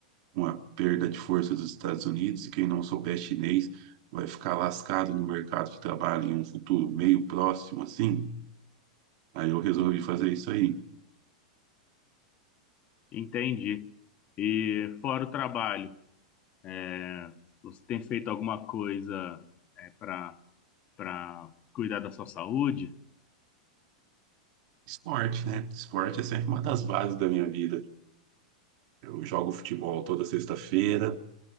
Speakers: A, on the right; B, on the left.
A: uma perda de força dos Estados Unidos, e quem não souber chinês vai ficar lascado no mercado de trabalho em um futuro meio próximo, assim. Aí eu resolvi fazer isso aí.
B: Entendi. E fora o trabalho, é, você tem feito alguma coisa é, para para cuidar da sua saúde?
A: Esporte, né? Esporte é sempre uma das bases da minha vida. Eu jogo futebol toda sexta-feira.